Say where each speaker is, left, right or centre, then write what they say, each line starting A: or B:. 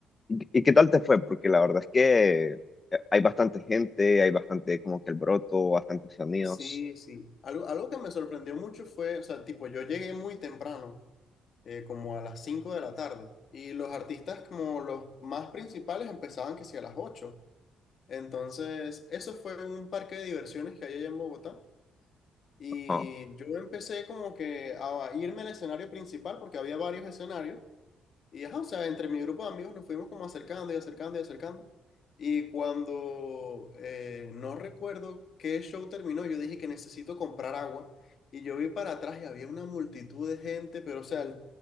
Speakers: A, on the left; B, on the left.
A: y qué tal te fue? Porque la verdad es que hay bastante gente, hay bastante como que el broto, bastantes sonidos.
B: Sí, sí. Algo, algo que me sorprendió mucho fue, o sea, tipo, yo llegué muy temprano. eh, como a las 5 de la tarde. Y los artistas como los más principales empezaban que sí a las ocho Entonces, eso fue en un parque de diversiones que hay allá en Bogotá. Y
A: Ajá.
B: yo empecé como que a irme al escenario principal porque había varios escenarios. Y ajá, o sea, entre mi grupo de amigos nos fuimos como acercando y acercando y acercando. Y cuando eh, no recuerdo qué show terminó, yo dije que necesito comprar agua. Y yo vi para atrás y había una multitud de gente, pero o sea,